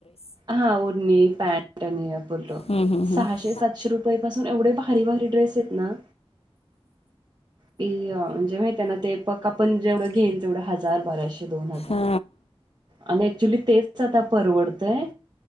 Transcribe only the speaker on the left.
हम्म हम्म हम्म
हा